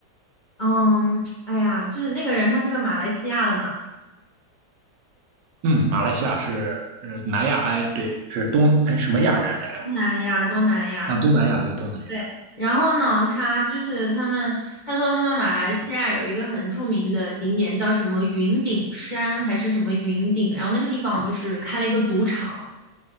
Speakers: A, on the left; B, on the right.
A: 嗯，哎呀，就是那个人他是个马来西亚的嘛，
B: 嗯，马来西亚是呃南亚，哎，对，是东哎什么亚人来着？
A: 东南亚，东南亚。
B: 啊，东南亚，对，东南亚。
A: 对，然后呢，他就是他们，他说他们马来西亚有一个很著名的景点叫什么云顶山还是什么云顶，然后那个地方就是开了一个赌场，